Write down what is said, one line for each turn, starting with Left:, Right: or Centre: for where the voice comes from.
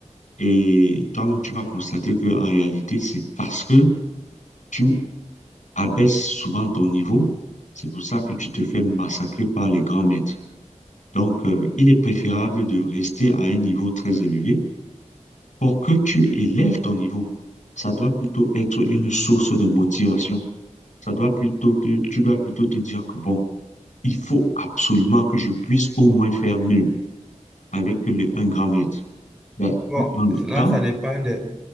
Left: et toi-même tu vas constater que en réalité c'est parce que tu abaisse souvent ton niveau. C'est pour ça que tu te fais massacrer par les grands maîtres. Donc, euh, il est préférable de rester à un niveau très élevé pour que tu élèves ton niveau. Ça doit plutôt être une source de motivation. Ça doit plutôt te- tu dois plutôt te dire que bon, il faut absolument que je puisse au moins faire nul avec le, un grand maître. Ben,
Centre: Bon,
Left: tu prends le
Centre: là
Left: temps
Centre: ça dépend de...